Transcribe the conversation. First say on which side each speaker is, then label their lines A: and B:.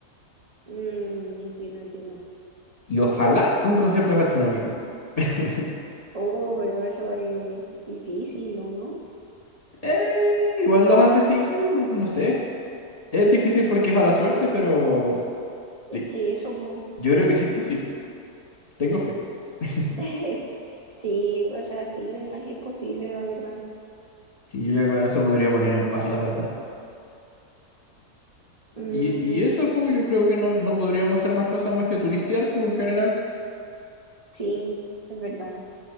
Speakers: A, on the right; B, on the left.
A: Mm, entiendo, entiendo.
B: Y ojalá un concierto de Hatsune Miku. <laughs>
A: Oh, pero eso es difícil, ¿o no?
B: Eh, igual los hace seguido, no sé. Es difícil porque es a la suerte, pero
A: Es
B: sí,
A: que eso, po.
B: yo creo que sí es posible. Tengo fe. <laughs>
A: <laughs> Sí, o sea, sí, de más es posible, la verdad.
B: Sí, yo ya con eso podría morir en paz, la verdad.
A: Mm,
B: Y, y eso, pues, yo creo que no, no podríamos hacer más cosas más que turistear, pues, en general.
A: sí, es verdad.